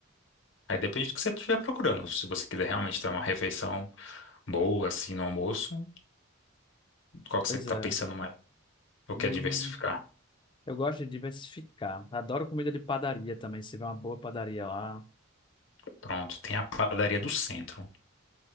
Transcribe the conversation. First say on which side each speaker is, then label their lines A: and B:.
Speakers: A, on the left (about 60°); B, on the left (about 25°).
A: Aí depende do que você estiver procurando. Se você quiser realmente ter uma refeição boa, assim, no almoço, qual que
B: Pois
A: você está
B: é.
A: pensando mais? Eu
B: Hum,
A: quero diversificar.
B: eu gosto de diversificar. Adoro comida de padaria também. Se tiver uma boa padaria lá.
A: Pronto, tem a padaria do centro,